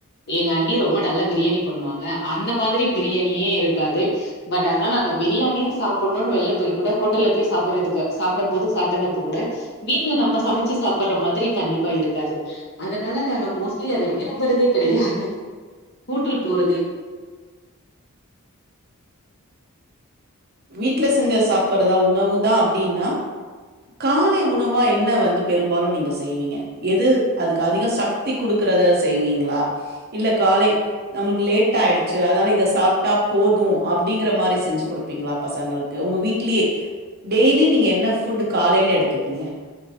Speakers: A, on the left (about 50°); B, on the right (about 45°).
A: எங்க அண்ணி ரொம்ப நல்லா பிரியாணி பண்ணுவாங்க அந்த மாதிரி பிரியாணியே இருக்காது பட் ஆனா நாங்க பிரியாணின்னு சாப்பிடணும்ன்னனு வெளில போய் கூட ஹோட்டல்ல போய் சாப்பிடுறதுக்கு சாப்பிடும் போது சாப்பிதுப்ப கூட வீட்டுல நம்ம சமைச்சு சாப்பிடுற மாதிரி கண்டிப்பா இருக்காது அதனால நாங்க மோஸ்ட்லி அத விரும்ம்புறதே கெடையாது ஹோட்டல் போறது
B: வீட்ல செஞ்ச சாப்பிறதா உணவுதான் அப்படின்னா காலை உணவா என்ன வந்து பெரும்பாலும் நீங்க செய்வீங்க எது அதுக்கு அதிகம் சக்தி குடுக்குறத செய்வீங்களா இல்ல காலை நமக்கு லேட்ட ஆயிடுச்சு அதனால இத சாப்பிட்டா போதும் அப்படிங்கற மாதிரி செஞ்சு கொடுப்பீங்களா பசங்களுக்கு உங்க வீட்லயே டெய்லி நீங்க என்ன ஃபுட் காலையில எடுத்துப்பீங்க